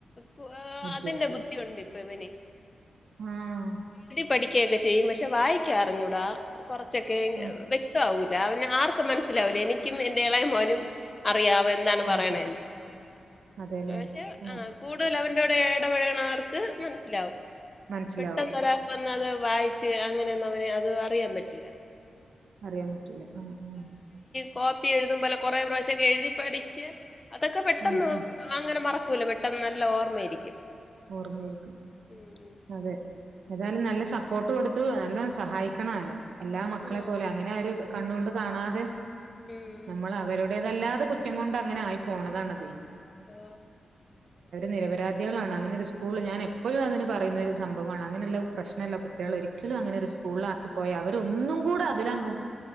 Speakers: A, on the left (about 20°); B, on the right (about 80°).
A: കൂ
B: ബുദ്ധിയാണ്
A: അതിന്റെ ബുദ്ധിയുണ്ട് ഇപ് പവന്
B: ആഹ്
A: പഠിക്കുകയൊക്കെ ചെയ്യും പക്ഷെ വായിക്കാ അറിഞ്ഞൂടാ കുറച്ചൊക്കെ ഇ
B: ആഹ്
A: വെ ആവുല അവന് ആർക്കും മനസിലാവൂല എനിക്കും എൻ്റെ ഇളയ മോനും പറിയാവും എന്താണെ
B: മാത്രേ
A: പറയുണേന്ന്
B: അതെല്ലേ
A: പക്ഷെ
B: ആഹ്
A: കൂടുതലവൻ ടെ ഇടപഴകണവർക്ക് മനസ്സിലാവും
B: മനസ്സിലാവും
A: പെട്ടെന്ന് ഒരാൾക്ക് വ നത് വായിച്ച് അങ്ങനെയൊന്നും അവന് അത് അറിയാൻ പറ്റില്ല
B: അറിയാൻ പറ്റൂല ആഹ് ആഹ്
A: കോപ്പി എഴുതും പോലെ കൊറെ പ്രാവശ്യം ഒക്കെ എഴുതി പഠിക്കാൻ അതൊക്കെ പെട്ടെന്ന്
B: ആഹ് ആഹ്
A: അങ്ങനെ മറ കുല പെട്ടന്ന് നല്ല ഓർമ്മയിരിക്കും
B: ഓർമ്മയിരിക്കും
A: ഉം
B: അതെ ഏതായാലും നല്ല സപ്പോർട്ട് കൊടുത്ത് നല്ല സഹായിക്കണം അവനെ എല്ലാ മക്കളെ
A: ഉം ആ,
B: പോലെ അങ്ങനെ ഒരു കണ്ണുകൊണ്ട് കാണാതെ
A: ഉം ഉം
B: നമ്മൾ അവരുടേതല്ലാതെ കുറ്റം കൊണ്ട് അങ്ങനെ ആയി പോണതാണത്
A: ആ
B: നിരപരാധിളാണ് അങ്ങനെ ഒരു സ്കൂൾ ഞാൻ എപ്പഴും അതിന് പറയുന്നൊരു സംഭവാണ് അങ്ങനെയുള്ള പ്രശ്നുള്ള കുട്ടികൾ ഒരിക്കലും അങ്ങനെ ഒരു സ്കൂൾ ആക്കിപ്പോയ അവരൊന്നും കൂടെ അതിലങ്ങും
A: ഉം.